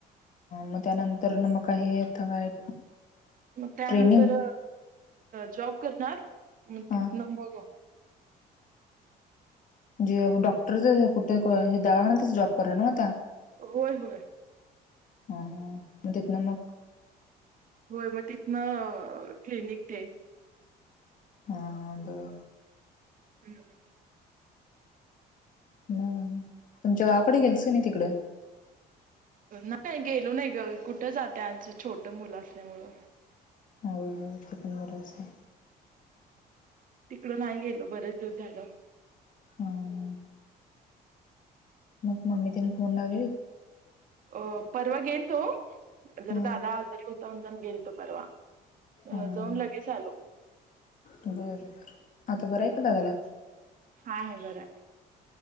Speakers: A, on the left; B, on the right.
A: म त्यानंतरन मग काय हे आता काय
B: मग त्यानंतर
A: ट्रेनिंग
B: जॉब करणार म तिथन
A: हा
B: मग
A: जे डॉक्टर ज कुठ कू हे दवाखान्यातच जॉब करा नव त्या
B: होय होय
A: हा हा मग तिथन मग
B: होय मग तिथनं क्लिनिक तेन
A: हा हा बर
B: हम्म
A: हम तुमच्या गावाकड गेलतीस का नाही तिकडं
B: नाही गेलो नाही ग कुठं जात्यास छोट मुलं असल्यावर
A: होय होय ते पण बरोचय
B: तिकडे नाही गेलो बरेच दिवस झालं
A: हम्म मग मम्मी तिने फोन लागलेलीत
B: अ परवा गेलतो जरा
A: हा
B: दादा आजारी होता म्हणताना गेलतो परवा.
A: हा
B: अ
A: हा
B: जाऊन लगेच आलो.
A: बर बर आता बरं आहे का दादाला
B: हाय हाय बरय.